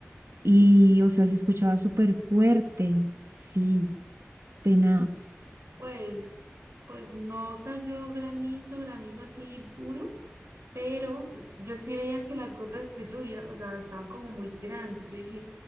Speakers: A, on the right; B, on the right.
A: y, o sea, se escuchaba súper fuerte, sí, tenaz.
B: Pues, pues no cayó granizo, granizo así duro, pero s- yo sí veía que las gotas de lluvia, o sea, estaban como muy grandes. Yo dije,